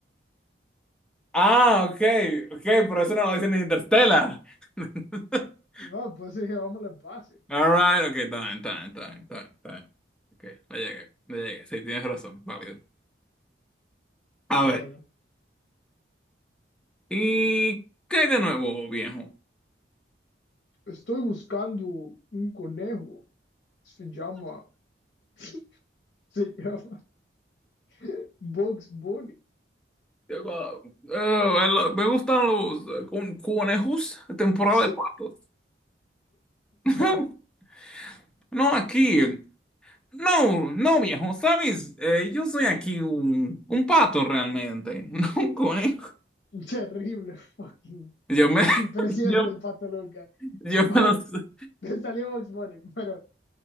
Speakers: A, in the centre; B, on the left (about 70°).
A: Ah, okay, okay, por eso no lo dicen en Interstellar. <laughs>
B: No, pues sí, vamos al espacio.
A: All right, okay, está bien, está bien, está bien, está bien, está bien. Okay, le llegué, le llegué. Sí, tienes razón, válido. A
B: Te
A: ver,
B: toca.
A: ¿y qué hay de nuevo, viejo?
B: Estoy buscando un conejo. Se llama, <laughs> se llama <laughs> Bugs Bunny.
A: Digo, eh, el- me gustan los eh, con- conejos, temporada
B: <laughs>
A: de patos. <laughs>
B: <laughs>
A: No, aquí. No, no, viejo, ¿sabes? Eh, yo soy aquí un, un pato realmente, <laughs> no un conejo.
B: Un terrible fucking
A: Yo me, <laughs>
B: impresión
A: yo,
B: del Pato Luca.
A: yo
B: Bo-
A: me lo sé.
B: Te salió Box Bunny, pero